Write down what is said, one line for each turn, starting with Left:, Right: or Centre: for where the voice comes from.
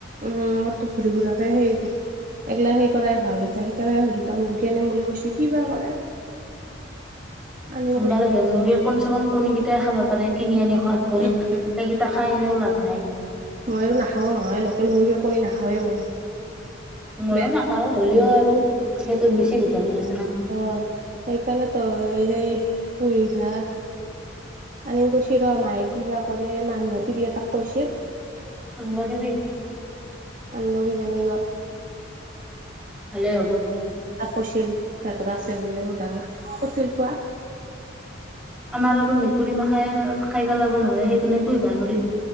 Right: উম অ্তত ঘূৰি ফুৰাৰাকে সেই এগিলা সেই কৰাই ভাল এতিয়া সেইকাৰণে দুটা মুৰ্গী আনিম বুলি কৈছ কি বা কৰে। আনিম
Centre: আনিব
Right: কৈছি।
Centre: লাগে মুৰগি। কমচে কম কণী কেইটাই খাব পাৰে কিনি আনি। খোৱাত কৰি
Right: উ
Centre: সেইকেইটা খাই এনেও লাভ নাই
Right: মই নাখাও নহয় লোকেল মুৰ্গীৰ। কনি নাখাওঁৱেই মই।
Centre: মইয়ো
Right: বেয়া
Centre: নাখাওঁ। হ'লেও আৰু সেইটোত বেছি ভিটামিন আছে। না।
Right: অঁ, সেইকাৰণে তো সেই। পুৰি ভা। আনিম কৈছ ৰ মায়ে কিবা কৰে মানুহে তিৰি এটাক কৈছিল।
Centre: নন্দ দিবি।
Right: আনব কিজানী ৰ।
Centre: আলে অব।
Right: কৈইছিল। পিহঁত আছে বোলে সুদাং। চছিল পোৱা
Centre: আমাৰ আৰু মেকুৰী মাখাই খাই পেলাব নহয় সেইকাৰণে পুহিবা নোৱাৰ।